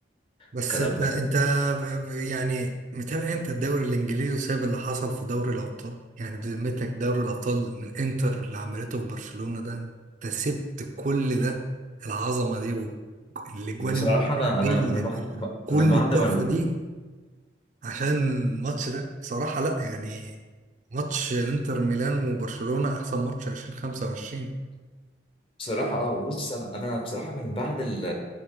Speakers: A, on the right; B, on the left.
A: بس
B: والكلام
A: انت
B: ده
A: انت يعني متابع انت الدوري الانجليزي وسايب اللي حصل في دوري الابطال يعني بذمتك دوري الابطال من انتر اللي عملته في برشلونة ده انت سبت كل ده العظمة دي والاجوان
B: بصراحة
A: الملعبية
B: أنا أنا أنا بعد ب-
A: كل
B: أنا بعد
A: التحفة
B: ما ال...
A: دي عشان الماتش ده بصراحة لا يعني ماتش انتر ميلان وبرشلونة احسن ماتش 2025
B: بصراحة أه بص أنا أنا بصراحة من بعد ال